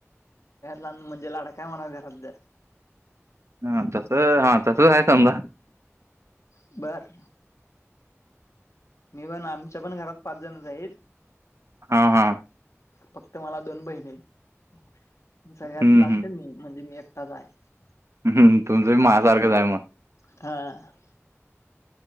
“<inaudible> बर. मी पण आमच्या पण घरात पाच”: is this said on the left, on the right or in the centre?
Left